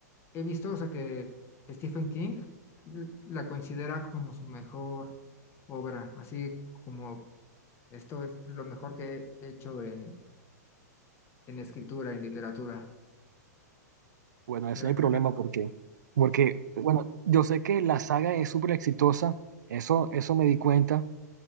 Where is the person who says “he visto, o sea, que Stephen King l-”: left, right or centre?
Left